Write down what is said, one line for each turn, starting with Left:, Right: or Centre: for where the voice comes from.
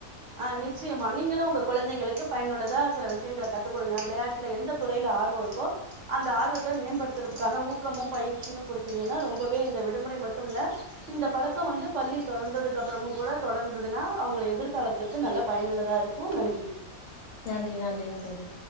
Right: ஆ‌ நிச்சயமா நீங்களு ஒங்க கொழந்தைங்களுக்கு பயனுள்ளதா சில விஷயங்கள கத்து கொடுங்க வெளயாட்டுல எந்த துறயில ஆர்வோ இருக்கோ அந்த ஆர்வத்த மேம்படுத்துறதுக்கான ஊக்கமு பயிற்சியு கொடுத்தீங்கன்னா ரொம்பவே இந்த விடுமுறை மட்டுமில்ல இந்த பழக்கோ வந்து பள்ளி தொடர்ந்ததுக்கு அப்புறமு கூட தொடர்ந்ததுன்னா அவுங்க எதிர்காலத் க்கு நல்ல பயனுள்ளதா இருக்கு நன்றி
Left: நன்றி நன்றிங்க தோழி